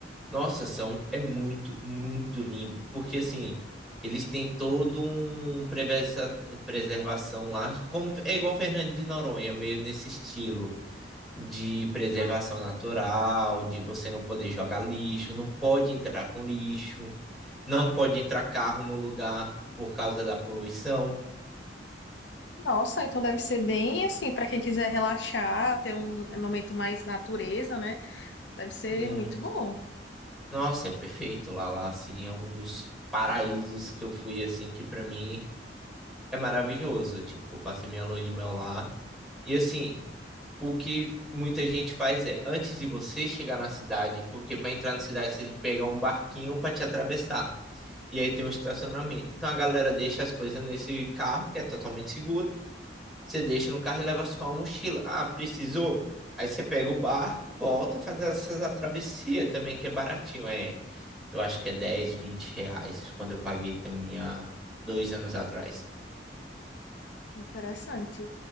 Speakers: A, in the centre; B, on the left (about 80°).
A: Nossa, são é muito, muito limpo, porque assim, eles têm todo um prevessa- preservação lá, como é igual Fernando de Noronha, meio nesse estilo de preservação
B: Ah,
A: natural, de você não poder jogar lixo, não pode entrar com lixo, não pode entrar carro no lugar por causa da poluição,
B: Nossa, então deve ser bem assim, pra quem quiser relaxar, ter um momento mais natureza, né? Deve ser
A: muito.
B: muito bom,
A: Nossa, é perfeito lá lá assim, é um dos paraísos que eu fui assim que pra mim é maravilhoso, tipo, passei minha lua de mel lá. E assim, o que muita gente faz é, antes de você chegar na cidade, porque para entrar na cidade você tem que pegar um barquinho para te atravessar. E aí tem um estacionamento. Então a galera deixa as coisas nesse carro, que é totalmente seguro. Você deixa no carro e leva só a mochila. Ah, precisou? Aí você pega o barco, volta, faz essa travessia também, que é baratinho. É, eu acho que é 10, 20 reais, quando eu paguei também há dois anos atrás.
B: interessante.